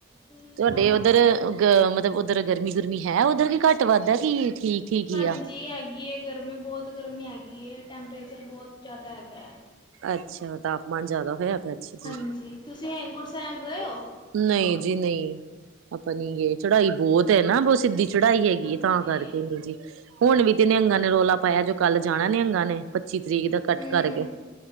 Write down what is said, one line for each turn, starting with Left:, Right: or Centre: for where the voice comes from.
Left: ਤੁਸੀਂ ਸੁਣਾਓ?
Right: ਤੁਹਾਡੇ ਉੱਧਰ ਅ ਮਤਲਬ ਉੱਧਰ ਗਰਮੀ ਗੁਰਮੀ ਹੈ ਉੱਧਰ ਕੀ ਘੱਟ ਵੱਧ ਹੈ ਕੀ ਠੀਕ। ਠੀਕ ਹੀ
Left: ਹਾਂਜੀ
Right: ਆ।
Left: ਹੈਗੀ ਹੈ ਗਰਮੀ ਬਹੁਤ ਗਰਮੀ ਹੈਗੀ ਹੈ ਟੈਂਪਰੇਚਰ ਬਹੁਤ ਜ਼ਿਆਦਾ ਹੈਗਾ ਹੈ।
Right: ਅੱਛਾ ਤਾਪਮਾਨ ਜਿਆਦਾ ਹੋਇਆ ਪਿਆ ਅੱਛਾ
Left: ਹਾਂਜੀ,
Right: ਜੀ।
Left: ਤੁਸੀਂ ਹੇਮਕੁੰਟ ਸਾਹਿਬ ਗਏ ਹੋ?
Right: ਨਹੀਂ ਜੀ, ਨਹੀਂ ਆਪਾਂ ਨੀ ਗਏ ਚੜਾਈ ਬਹੁਤ ਹੈ ਨਾ ਬਹੁਤ ਸਿੱਧੀ। ਚੜਾਈ ਹੈਗੀ
Left: ਹਾਂਜੀ,
Right: ਤਾਂ ਕਰਕੇ ਨੀ ਜੀ ਹੁਣ ਵੀ ਤੇ ਨਿਹੰਗਾਂ ਨੇ ਰੌਲਾ ਪਾਇਆ ਜੋ ਕੱਲ ਜਾਣਾ ਨਿਹੰਗਾਂ ਨੇ। ਪੱਚੀ ਤਰੀਕ ਦਾ ਇਕੱਠ
Left: ਹੂੰ।
Right: ਕਰਕੇ